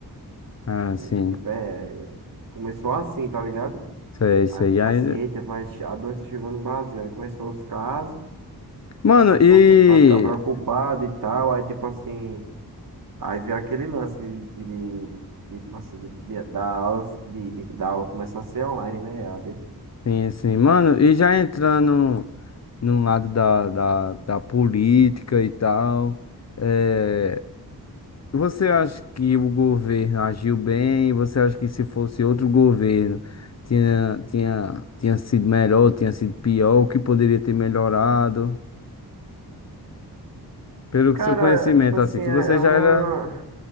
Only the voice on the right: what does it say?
Hum,
Tipo, é. Começou assim, tá ligado?
Aí, tipo
assim, eita, vai, che- a doença chegou no Brasil. Aí começou os casos,
aí o pessoal
começou a ficar preocupado e tal. Aí, tipo assim, aí veio aquele lance de, de, de- de, tipo assim, de, de- da, aula- de, de- da aula começar a ser online, né? EAD.
Cara,
é tipo assim,
é
é
uma,